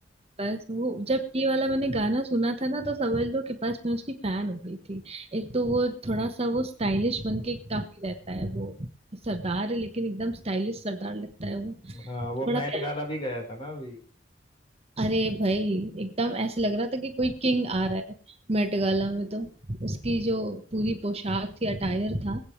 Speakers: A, on the right; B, on the left.
A: बस वो जब ये वाला मैंने गाना सुना था ना तो समझ लो कि बस मैं उसकी फैन हो गई थी एक तो वो थोड़ा सा वो स्टाइलिश बन के काफी रहता है वो सरदार है लेकिन एकदम स्टाइलिश सरदार लगता है वो
B: हाँ
A: तो
B: वो
A: बड़ा
B: मैट
A: प्यारा
B: गाला भी गया था ना अभी
A: अरे भाई एकदम ऐसे लग रहा था कि कोई किंग आ रहा है मेट गाला में तो उसकी जो पूरी पोशाक थी अटायर था